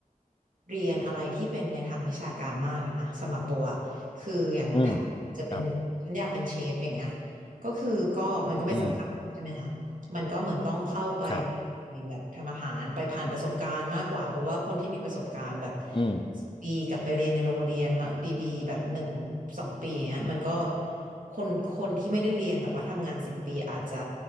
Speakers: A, on the right (about 65°); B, on the left (about 35°).
A: เรียนอะไรที่เป็นในทางวิชาการมากอะนะสำหรับโบอะคืออย่างถ้าจะเป็นฉันอยากเป็นเชฟอย่างเงี้ย
B: อืมครับ
A: ก็คือก็มันก็ไม่สำคัญใช่ไหมคะ
B: อืม
A: มันก็เหมือนต้องเข้าไป
B: ครับ
A: เรียนแบบทำอาหารไปผ่านประสบการณ์มากกว่าเพราะว่าคนที่มีประสบการณ์แบบ
B: อืม
A: ปีกลับไปเรียนในโรงเรียนมาดีๆแบบหนึ่งสองปีอย่างเงี้ยมันก็คนคนที่ไม่ได้เรียนแต่ว่าทำงานสิบปีอาจจะ